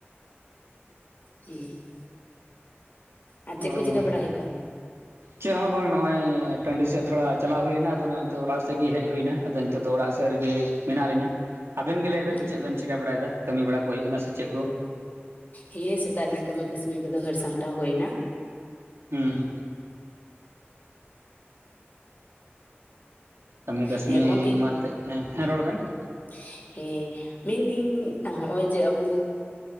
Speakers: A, on the left (about 45°); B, on the right (about 80°).
A: <unintelligible> ᱟᱨ
B: ᱚ
A: ᱪᱮᱫ ᱠᱚ ᱪᱤᱠᱟᱹ ᱵᱟᱲᱟ
B: <unintelligible>
A: ᱦᱩᱭᱩᱜ ᱠᱟᱱᱟ
B: ᱪᱮᱫ ᱦᱚᱸ ᱵᱟᱝ ᱱᱚᱜᱼᱚᱭ ᱴᱟᱺᱰᱤ ᱥᱮᱫ ᱛᱷᱚᱲᱟ ᱪᱟᱞᱟᱣ ᱦᱩᱭᱱᱟ ᱟᱫᱚ ᱱᱤᱛᱚᱜ ᱚᱲᱟᱜ ᱥᱮᱫ ᱜᱮ ᱦᱮᱡ ᱦᱩᱭᱱᱟ ᱾ ᱟᱫᱚ ᱱᱤᱛᱚᱜ ᱫᱚ ᱚᱲᱟᱜ ᱥᱮᱫ ᱨᱮᱜᱮ ᱢᱮᱱᱟᱜ ᱞᱤᱧᱟᱹ ᱾ ᱟᱵᱤᱱ ᱜᱮ ᱞᱟᱹᱭ ᱵᱮᱱ
A: ᱦᱩᱸ
B: ᱪᱮᱫ ᱵᱤᱱ ᱪᱤᱠᱟᱹ ᱵᱟᱲᱟᱭᱮᱫᱟ? ᱠᱟᱹᱢᱤ ᱵᱟᱲᱟ ᱠᱚ ᱦᱩᱭᱩᱜ ᱠᱟᱱᱟ ᱥᱮ ᱪᱮᱫ ᱠᱚ?
A: ᱦᱮᱸ ᱥᱮᱛᱟᱜ ᱨᱮᱱᱟᱜ ᱠᱟᱹᱢᱤ ᱠᱟᱹᱥᱱᱤ ᱠᱚᱫᱚ ᱦᱟᱹᱨ ᱥᱟᱢᱴᱟᱣ ᱦᱩᱭᱱᱟ ᱾
B: ᱦᱩᱸ ᱾ ᱠᱟᱹᱢᱤ ᱠᱟᱹᱥᱱᱤ
A: ᱦᱮᱸ ᱜᱚᱢᱠᱮ
B: ᱢᱟᱛ ᱦᱮᱸ, ᱦᱮᱸ ᱨᱚᱲ ᱵᱮᱱ ᱾
A: <unintelligible> ᱦᱮᱸ <unintelligible> ᱢᱮᱱᱫᱤᱧ ᱱᱚᱜᱼᱚᱭ ᱡᱮ ᱟᱵᱚᱼᱼ